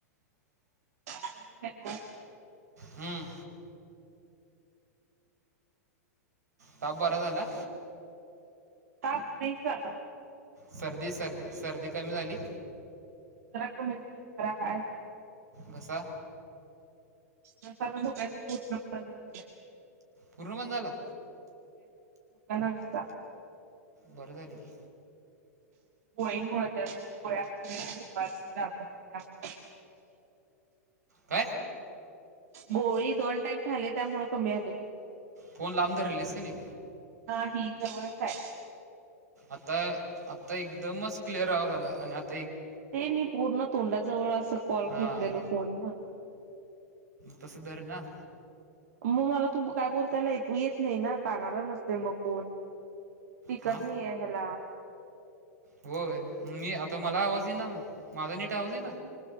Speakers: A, on the right (about 65°); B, on the right (about 85°).
A: <unintelligible>
B: हम्म ताप बरा झाला.
A: ताप नाहीच आला.
B: सर्दी, सर्दी, सर्दी कमी झाली.
A: होय घरात हाय.
B: का?
A: दुपारचं झोपायच पूर्ण बंद झालय.
B: पूर्ण बंद झाला.
A: म्हणत होता.
B: बरं झालं की,
A: गोळीमुळे त्या दोन गोळ्या आणलेल्या दुपारी रात्री त्यामुळे
B: काय?
A: गोळी दोन टाइम खाली त्यामुळ कमी आलं.
B: फोन लांब धरलेलीस क नी
A: नाही जवळचं हाय.
B: आता आता एकदमच क्लिअर आवाज आला आणि आत
A: ते मी पूर्ण तोंडाजवळ असं कॉल
B: हा
A: घेतलेलो फोन म्हणून
B: तसं धर ना.
A: म मला तू काय बोलतेलं ऐकू येत नाही ना? कानाला नसतय मग फोन स्पीकर
B: हा
A: नाहीए ह्याला
B: होय मी आता मला आवाज इना माझा नीट आवाज इना